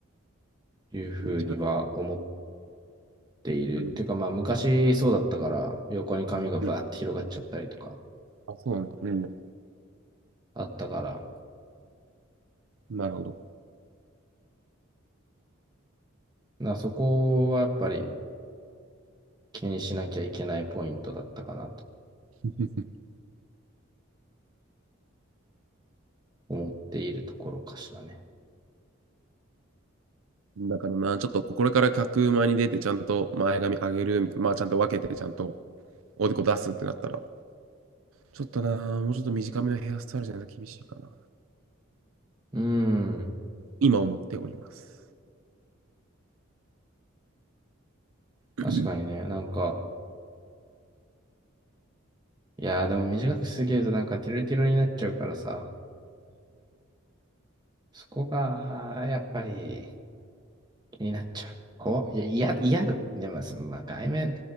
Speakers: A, on the right; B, on the right.
A: いうふうには思っ
B: 短く、
A: ている。
B: うん、
A: っていうかまあ昔そうだったから、横に髪がバーって広がっちゃったりとか
B: うんあ、そうなんだ。う
A: あったから、だか
B: ん、なるほど。
A: らそこはやっぱり気にしなきゃいけないポイントだったかなと
B: <laughs>
A: 思っているところかしらね。
B: だからな、ちょっとこれから客前に出て、ちゃんと前髪上げるみたいな、まあちゃんと分けて、ちゃんとおでこ出すってなったら、ちょっとな、もうちょっと短めのヘアスタイルじゃないと厳しいかな。
A: うーん。
B: 今思っております。<laughs>
A: 確かにね、なんか、いやーでも短くしすぎるとなんかティロティロになっちゃうからさ、そこが、あーやっぱり気になっちゃう。こう、いや、嫌嫌だ。でも、そのまあ、外面、